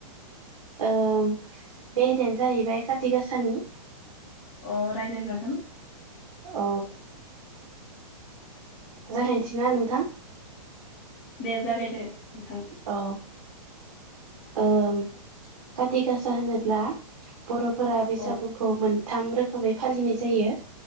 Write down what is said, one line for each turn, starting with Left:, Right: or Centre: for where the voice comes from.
Right: ओम बे आयदायानो जाहैबाय काति गासानि
Left: अ रायलाय जागोन।
Right: अ जागायसैना नोंथां?
Left: दे जागायदो। नोंथां
Right: अ ओम काति गासा होनोब्ला बर'फोरा बैसागुखौ
Left: अ
Right: मोनथाम रोखो खोमै फालिनाय जायो।